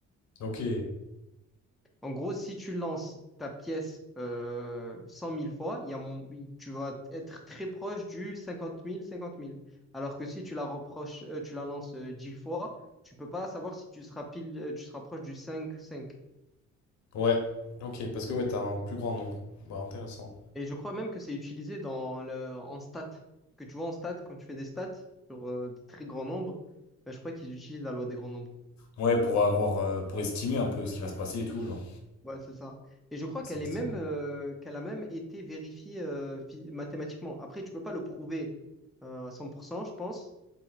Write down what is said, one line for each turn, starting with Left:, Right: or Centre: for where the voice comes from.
Left: Ok.
Centre: En gros, si tu lances ta pièce euh, 100 000 fois, il y a mon- il- tu vas être très proche du 50 000, 50 000. Alors que si tu la reproches, euh, tu la lances euh, 10 fois, tu peux pas savoir si tu seras pile, euh, tu seras proche du 5 5.
Left: Ouais. Ok. Parce que ouais, t'as un plus grand nombre. Bah, intéressant.
Centre: Et je crois même que c'est utilisé dans le, en stats. Que tu vois en stats, quand tu fais des stats sur euh, de très grands nombres, ben, je crois qu'ils utilisent la loi des grands nombres.
Left: Ouais, pour avoir, euh, pour estimer un peu ce qui va se passer et tout, genre.
Centre: Ouais, c'est ça. Et je crois
Left: C'est
Centre: qu'elle
Left: estimé.
Centre: est même, euh, qu'elle a même été vérifiée euh, phy- mathématiquement. Après, tu peux pas le prouver euh, à 100%, je pense,